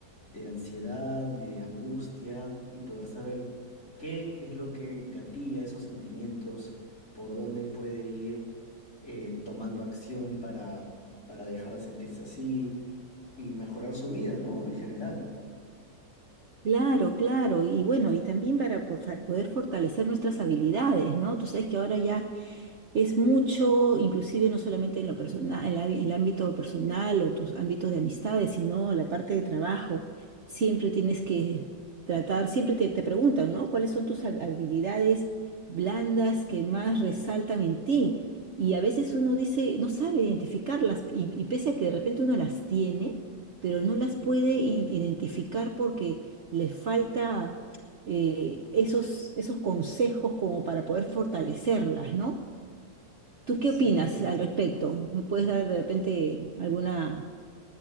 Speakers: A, on the left; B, on the right.
A: de ansiedad, de angustia y poder saber qué es lo que gatilla esos sentimientos, por dónde puede ir eh, tomando acción para, para dejar de sentirse así y mejorar su vida, ¿no? En general.
B: Claro, claro, y bueno, y también para por fa- poder fortalecer nuestras habilidades, ¿no? Tú sabes que ahora ya Es mucho, inclusive no solamente en lo personal, en la- en el ámbito personal o tus ámbitos de amistades, sino la parte de trabajo. Siempre tienes que tratar, siempre te, te preguntan, ¿no? ¿Cuáles son tus hab- habilidades blandas que más resaltan en ti? Y a veces uno dice, no sabe identificarlas, y, y pese a que de repente uno las tiene, pero no las puede i- identificar porque le falta eh, esos, esos consejos como para poder fortalecerlas, ¿no? ¿Tú qué
A: Sí,
B: opinas
A: es
B: al
A: cierto.
B: respecto? ¿Me puedes dar de repente alguna,